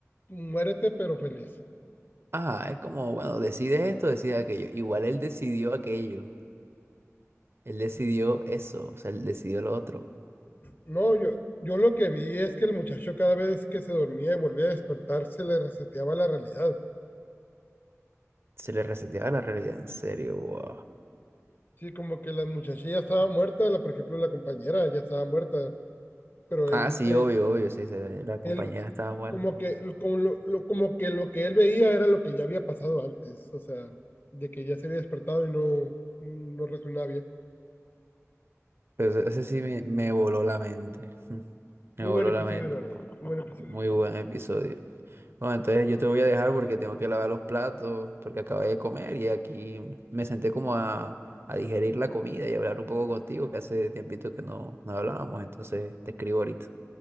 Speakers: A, on the left (about 40°); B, on the right (about 50°).
A: muérete pero feliz.
B: Ah, es como, bueno, decide esto, decide aquello. Igual él decidió aquello. Él decidió eso, o sea, él decidió lo otro.
A: No, yo, yo lo que vi es que el muchacho cada vez que se dormía y volvía a despertar se le reseteaba la realidad.
B: Se le reseteaba la realidad, en serio, wow.
A: Sí, como que la muchacha ya estaba muerta, la, por ejemplo, la compañera ya estaba muerta, pero
B: Ah,
A: él
B: sí,
A: ve,
B: obvio, obvio, sí, se- la compañera
A: él
B: estaba muerta.
A: como que lo- como, lo, lo- como que lo que él veía era lo que ya había pasado antes, o sea, de que ya se había despertado y no no reaccionaba bien.
B: Pero ese, ese sí me, me voló la mente. <laughs> Me
A: Muy
B: voló
A: buen episodio,
B: la mente.
A: la verdad. Muy buen episodio.
B: Muy buen episodio. No, entonces yo te voy a dejar porque tengo que lavar los platos, porque acabé de comer y aquí me senté como a, a digerir la comida y hablar un poco contigo, que hace tiempito que no, no hablábamos, entonces te escribo ahorita.